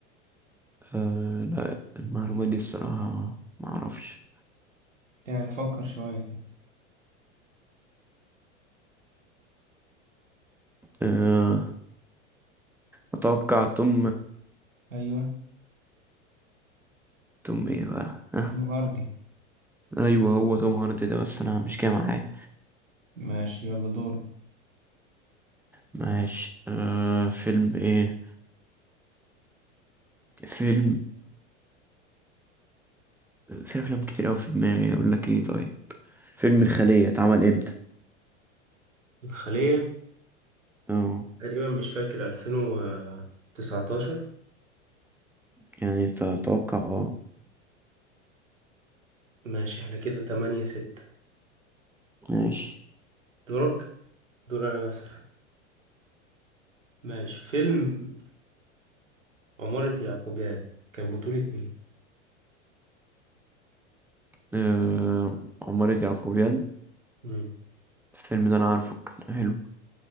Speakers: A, in the centre; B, on the right.
A: آه لا المعلومات دي الصراحة ما اعرفش
B: يعني فكر شوية كده
A: آه اتوقع توم
B: أيوه
A: توم ايه بقى ها
B: الغردي
A: ايوه هو توم هاردي ده بس انا مش جاي معاه
B: ماشي يلا دورك
A: ماشي آه فيلم ايه فيلم في افلام كتير اوي في دماغي اقول لك ايه طيب فيلم الخلية اتعمل امتى
B: الخلية
A: اه
B: تقريبا مش فاكر 2019
A: يعني انت تتوقع اه
B: ماشي احنا كده 8 6
A: ماشي
B: دورك دور انا اللي اسأل ماشي فيلم عمارة يعقوبيان كان بطولة مين؟
A: آه عمارة يعقوبيان
B: مم.
A: الفيلم ده انا عارفه كان حلو